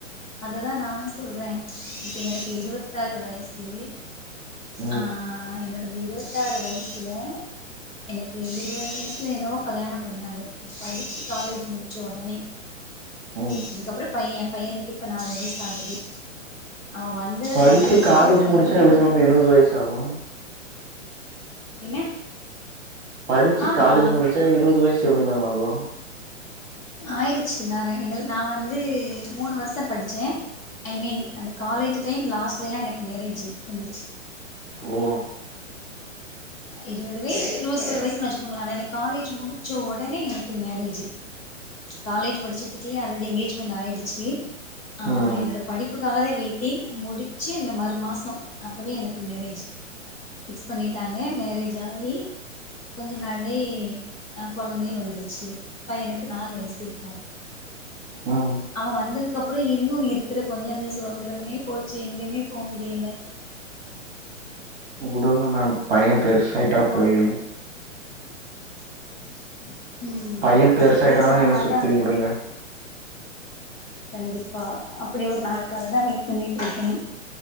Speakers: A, on the left; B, on the right.
A: அததா நானு சொல்றே இப்ப எனக்கு இருவத்தாறு வயசு
B: ம்
A: ஆ என்னோடது இருவத்தாறு வய்சுல எனக்கு இருவது வயசுல என்னவோ கல்யாணம் பண்ணாங்க ந படிச்சு காலேஜு முடி ச்ச ஒடனே
B: ம்
A: அதுக்கப்புற பைய பையனுக்கு இப்ப நாலு வய்சாகுது அவ வந்ததுக்கப்புற
B: படிச்சு
A: இருக்குற
B: காலேஜ்
A: கொஞ்ச
B: முடிச்சா
A: நஞ்ச
B: எப்டி மேம் இருவது வயசு ஆகு
A: என்ன
B: படிச்சு
A: ஆமா
B: காலேஜ் முடிச்சா இருவது வய்ஸ் எப்டி மேம் ஆகு
A: ஆயிரிச்சு ந ர எங்கள் நா வந்து மூணு வருஸ படிச்சே ஐ மீன் அந்த காலேஜு டைம் லாஸ்ட்லெல்லா எனக்கு மேரேஜு வந்துருச்சு
B: ஓ
A: இருவது வய்ஸ் இருவத்தொரு வய்சுன் வெச்சுக்கோங்களேன் ஆனா எனக்கு காலேஜு முடிச்ச ஒடனே எனக்கு மேரேஜி காலேஜ் படிச்சுட்டுருக்கல்யே ஆல்ரெடி எங்கேஜ்மெண் ஆயிடுச்சி ஆ
B: ம்
A: என்னோட படிப்புக்காகதா வெயிட்டிங் முடிச்சு இந்த மறு மாசோ அப்பவே எனக்கு மேரேஜ் ஃபிக்ஸ் பண்ணிட்டாங்க மேரேஜ் ஆயி கொஞ்ச நாள்யே அ கொழந்தயு வந்துருச்சு பையனுக்கு நாலு வயசு இப்போ
B: ம்
A: அவ வந்ததுக்கு அப் புறோ இன்னு இருக்கிற கொஞ்ச நஞ்ச சுதந்திரமே போச்சு எங்கயுமே போமுடியல <inaudible>
B: வுடுங்க மேம் பைய பெருசாயிட்டா
A: அவ
B: போய்ருங்க
A: <inaudible>
B: பைய பெருசாய்ட்டானா
A: பெருசானாதா
B: நீங்க சுத்துவீங் வுடுங்க
A: கண்டிப்பா அப்பிடி ஒரு நாளுக்காக தா வெயிட் பண்ணிட்ருக்கே